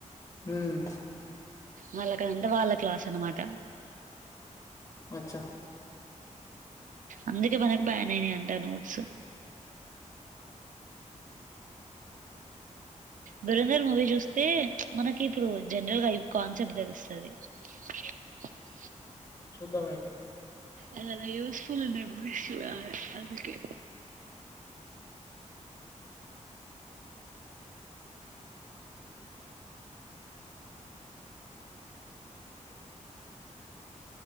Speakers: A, on the left; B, on the right.
A: ఉమ్
B: వాళ్ళకా వాళ్ళ క్లాలాస్ అన్నమాటా
A: అచ్చా
B: అందుకే మనకు బ్యాన్ అయినా అంట నోట్స్ దూరందర్ మూవీ చూస్తే మనకి ఇప్పుడు జనరల్ గా కాన్సెప్ట్ తెలుపిస్తుంది <unintelligible>
A: చూదాం అయితే
B: అ ఉసేఫుల్ మెమోరీస్ అందుకే